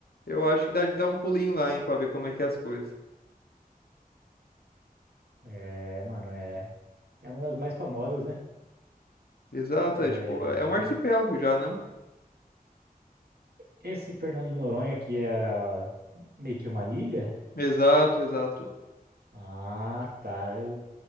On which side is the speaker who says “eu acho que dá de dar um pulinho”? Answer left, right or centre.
Left